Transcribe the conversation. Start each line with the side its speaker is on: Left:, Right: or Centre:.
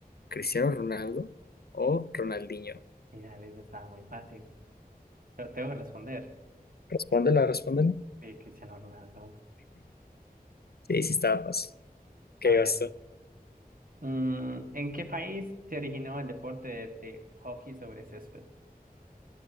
Left: Cristiano Ronaldo o Ronaldinho?
Right: finales estaba muy fácil. Pero tengo que responder.
Left: Respóndela, respóndela.
Right: Sí, Cristiano Ronaldo.
Left: Sí, sí estaba fácil. ¿Qué
Right: A ver.
Left: ibas tú?
Right: mm, ¿en qué país se originó el deporte de, de hockey sobre césped?